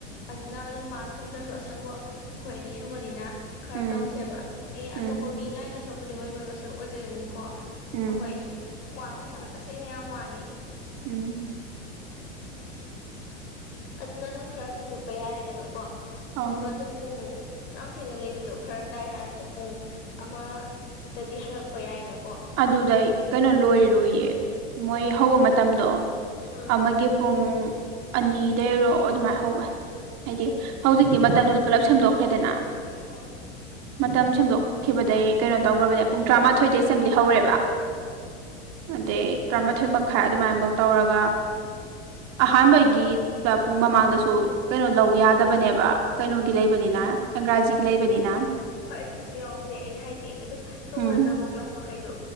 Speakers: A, on the left (about 65°); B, on the right (about 50°).
A: ꯑꯗꯨꯅ ꯑꯗꯨꯝ ꯃꯥꯁꯪꯗ꯭ꯔꯁꯨ ꯑꯁꯪꯕ ꯑꯩꯈꯣꯏ ꯑꯅꯤ ꯁꯨꯕꯅꯤꯅ ꯈꯔ
B: ꯎꯝ
A: ꯇꯧꯁꯦꯕ ꯍꯌꯦꯡ ꯑꯇꯣꯞꯄ
B: ꯎꯝ
A: ꯃꯤꯉꯥꯏꯗ ꯁꯛꯄꯨꯅꯤ ꯃꯣꯏ ꯃꯣꯏ ꯃꯁꯛ ꯑꯣꯏꯖꯗꯅꯤꯀ ꯀꯣ ꯑꯩꯈꯣꯏ
B: ꯎꯝ
A: ꯋꯥꯅꯤ ꯍꯥꯏꯕ ꯇꯁꯦꯡꯅ ꯌꯥꯝ ꯋꯥꯅꯤ
B: ꯎꯝ
A: ꯑꯗꯨꯅ ꯑꯗꯨꯝ ꯈꯔꯗꯤ ꯆꯠꯄ ꯌꯥꯔꯦꯗꯅꯀꯣ
B: ꯑꯪ
A: ꯑꯗꯨꯒ ꯑꯗꯨꯝ ꯄꯨꯡ ꯌꯥꯝ ꯊꯦꯡꯅ ꯂꯩꯕꯗꯣ ꯐꯔꯛ ꯇꯥꯏ ꯍꯥꯏꯔꯁꯨ ꯄꯨꯡ ꯑꯃꯗꯗꯤ ꯍꯜꯂꯛꯄ ꯌꯥꯏꯅ
B: ꯑꯗꯨꯗ ꯀꯩꯅꯣ ꯂꯣꯏꯔꯔꯣꯏꯌꯦ ꯃꯣꯏ ꯍꯧꯕ ꯃꯇꯝꯗꯣ
A: ꯎꯝ
B: ꯑꯃꯒ ꯄꯨꯡ ꯑꯅꯤꯗꯔꯣ ꯑꯗꯨꯃꯥꯏ ꯍꯧꯕ ꯍꯥꯏꯗꯤ ꯍꯧꯖꯤꯛꯇꯤ ꯃꯇꯝꯗꯨ ꯄꯨꯂꯞ ꯁꯦꯝꯗꯣꯛꯈ꯭ꯔꯦꯗꯅ
A: ꯍꯣ
B: ꯃꯇꯝ ꯁꯦꯝꯗꯣꯛꯈꯤꯕꯗꯒꯤꯩ ꯀꯩꯅꯣ ꯇꯧꯈ꯭ꯔꯕꯅꯦ ꯄꯨꯡ ꯇꯔꯥꯃꯥꯊꯣꯏꯗ ꯑꯦꯁꯦꯝꯕ꯭ꯂꯤ ꯍꯧꯔꯦꯕ ꯑꯗꯩ ꯇꯔꯥꯃꯥꯊꯣꯏ ꯃꯈꯥꯏ ꯑꯗꯨꯃꯥꯏꯐꯧ ꯇꯧꯔꯒ ꯑꯍꯥꯟꯕꯒꯤꯗ ꯄꯨꯡ ꯃꯃꯥꯡꯗꯁꯨ ꯀꯩꯅꯣ ꯂꯧ ꯌꯥꯗꯕꯅꯦꯕ ꯀꯩꯅꯣꯒꯤ ꯂꯩꯕꯅꯤꯅ ꯏꯪꯒꯔꯥꯖꯤꯒꯤ ꯂꯩꯕꯅꯤꯅ
A: ꯍꯣꯏ ꯑꯗꯨꯁꯨ ꯌꯥꯎꯁꯦ ꯑꯩꯅ ꯍꯥꯏꯗꯤ ꯑꯗꯨꯝ ꯇꯉꯣꯅ
B: ꯎꯝ
A: ꯇꯧꯕ ꯀ꯭ꯂꯥꯁ ꯃꯈꯩꯗꯣ